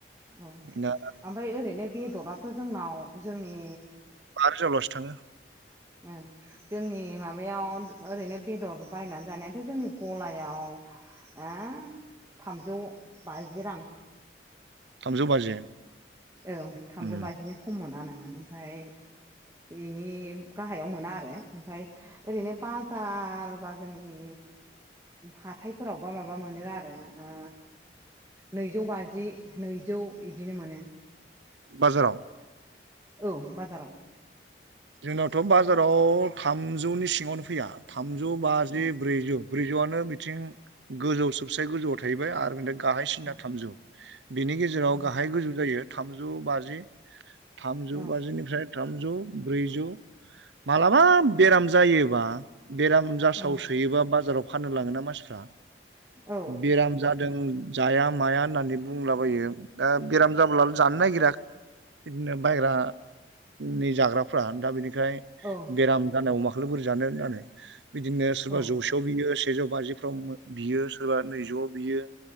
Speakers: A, on the right; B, on the right.
A: औ
B: दा
A: ओमफाय ओरैनो बेदराथ' जोंनाव जोंनि
B: बेसेआवलासै थाङो?
A: ओ जोंनि माबायाव ओरैनो बेदर बायनानै जानायाथ' जोंनि गलायाव ओ थामजौ बाजि रां।
B: थामजौ बाजि?
A: औ थामजौ
B: उम
A: बाजिनि खम मोना नोङो ओमफाय इनि गाहायाव मोना आरो, ओमफाय ओरैनो बाजार बा जों नि हाथायफोरावबा माबा मोनो आरो ओ नैजौ बाजि, नैजौ इदिनो मोनो।
B: बाजाराव?
A: औ बाजाराव।
B: जोंनावथ' बाजाराव थामजौनि सिङावनो फैया। थामजौ बाजि
A: ए
B: ब्रैजौ, ब्रैजौआनो बिथिं गोजौ सबसे गोजौआव थाहैबाय आरो बेनिफ्राय गाहाय सिना
A: ओ
B: थामजौ, बिनि गेजेराव
A: औ
B: गाहाय गोजौ जायो थामजौ बाजि थामजौ
A: औ
B: बाजिनिफ्राय थामजौ ब्रैजौ मालाबा
A: औ
B: बेराम जायोबा बेराम जासाव
A: औ
B: सोयोबा बाजाराव फाननो लाङोना मानसिफ्रा
A: औ
B: बेराम जादों जाया माया होननानै बुंलाबायो दा बेराम जाब्ला जानो नागिरा बिदिनो बायग्रा नै जाग्राफ्रा दा बिनिफ्राय
A: औ
B: बेराम जानाय अमा खौलाय बोरै जानो होननानै बिदिनो सोरबा
A: ओम
B: जौसेयाव बियो, सेजौ बाजिफ्राव बियो, सोरबा नैजौआव बियो